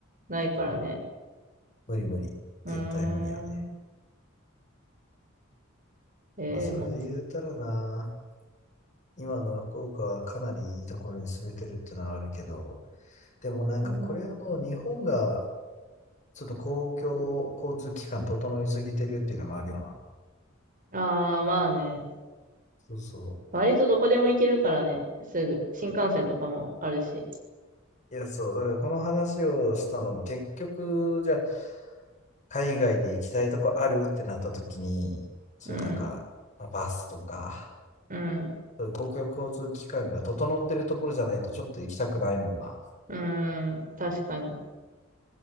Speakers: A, on the right; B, on the left.
A: ないからね。
B: 無理無理。
A: うー
B: 絶対無理やね。
A: ん。ええま、
B: まあそれで言うたらな、今の福岡はかなりいいところに住めてるってのはあるけど、でもなんかこれはもう日本が
A: うん
B: ちょっと公共交通機関整いすぎてるっていうのもあるよな。
A: ああー、まあね。
B: そうそ
A: 割とどこでも行けるからね、すぐ。新幹線とかもあるし。
B: う。いや、そう。だからこの話をしたのも結局、じゃあ海外で行きたいとこあるってなった時に、そういうなんか、
A: うん、
B: まあバスとか、
A: うん、
B: そういう公共交通機関が整ってるところじゃないとちょっと行きたくないもんな。
A: うん、確かに。